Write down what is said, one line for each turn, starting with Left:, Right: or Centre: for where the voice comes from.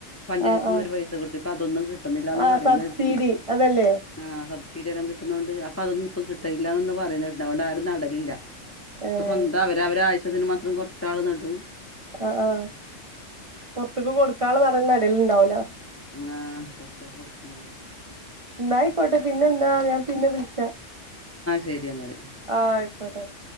Left: പഞ്ചായത്തിന്
Right: ആഹ് ആഹ്
Left: ഒരു പൈസ കിട്ടിപ്പ അതൊന്നും കിട്ടുന്നില്ലാന്ന്
Right: ആഹ്
Left: പറയുന്ന
Right: സബ്സിഡി
Left: കേട്ടിനി
Right: അതല്ലേ
Left: ആഹ് സ സീഡില്ലാം കിട്ടുന്നൊണ്ട് അപ്പ അതൊന്നും ഇപ്പ കിട്ടനില്ലാന്ന് പറയുന്നേട്ട് അവിടാരും നടലില്ല
Right: ഏഹ്
Left: സ്വന്തം അവര് അവരാ തിന് മാത്രം കുറച്ചാള് നടൂം
Right: ആ ആഹ് പുറത്തക്ക് കൊടുക് ക്കാള് നടേൽൻ്റെ ഇടേലുണ്ടാവല്ലോ
Left: ആ പുറത്തേക്ക് കൊടുക്കുന്നത്
Right: ന്നായിക്കോട്ടെ പിന്നെ എന്താ ഞാൻ പിന്നെ വിളിച്ചാ
Left: ശരിയാണ്
Right: ആ അയ്കോട്ടെ ന്നാ